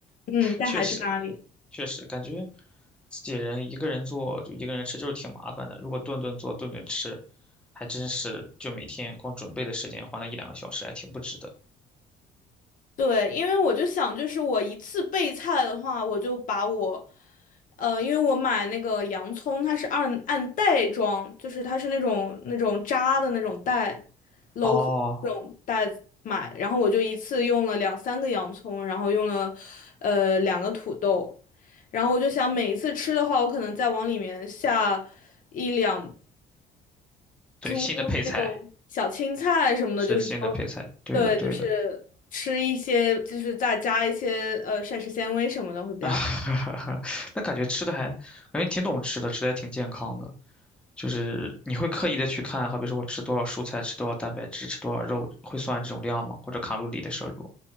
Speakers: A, on the left; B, in the centre.
A: 嗯，但还是咖喱。
B: 确实确实感觉自己人一个人做就一个人吃就是挺麻烦的，如果顿顿做顿顿吃，还真是就每天光准备的时间花那一两个小时，还挺不值得。
A: 对，因为我就想，就是我一次备菜的话，我就把我，呃，因为我买那个洋葱，它是按按袋装，就是它是那种那种扎的那种袋，镂空那种袋子买，
B: 哦，
A: 然后我就一次用了两三个洋葱，然后用了，呃，两个土豆，然后我就想每一次吃的话，我可能再往里面下一两
B: 对，
A: 猪那种小青菜什么的，
B: 新的配菜是新的配菜，
A: 就是说，
B: 对的对的，
A: 对，就是吃一些，就是再加一些呃膳食纤维什么的会比较好。
B: <laughs> 啊，那感觉吃的还感觉挺懂吃的，吃的还挺健康的。就是你会刻意的去看，好比说我吃多少蔬菜，吃多少蛋白质，吃多少肉，会算这种量吗？或者卡路里的摄入？